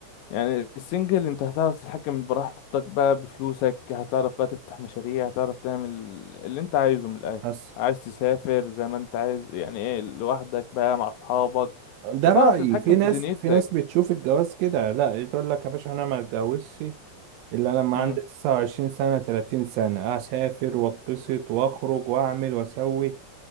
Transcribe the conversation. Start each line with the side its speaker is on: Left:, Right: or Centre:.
Left: يعني السنجل انت هتعرف تتحكم براحتك بقى بفلوسك هتعرف بقى تفتح مشاريع هتعرف تعمل اللي انت عايزه من الاخر
Right: بس
Left: عايز تسافر زي ما انت عايز يعني ايه لوحدك بقى مع اصحابك
Right: ده
Left: هتعرف
Right: رأيي
Left: تتحكم
Right: في ناس
Left: في دنيتك
Right: في ناس بتشوف الجواز كده لا تقول لك يا باشا انا ما اتجوزش الا لما
Left: مم.
Right: عندي 29 سنة 30 سنة اسافر واتبسط واخرج واعمل واسوي